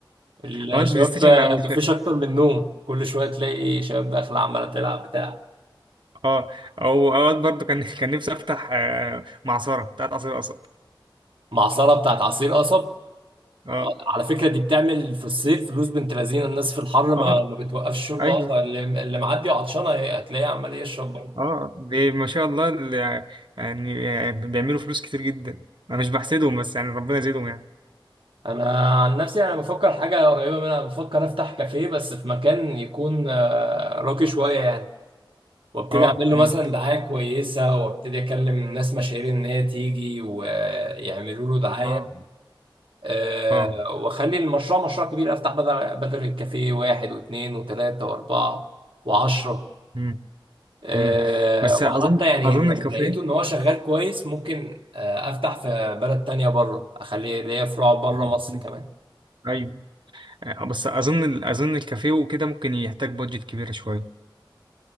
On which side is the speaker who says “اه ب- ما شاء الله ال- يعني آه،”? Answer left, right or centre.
Right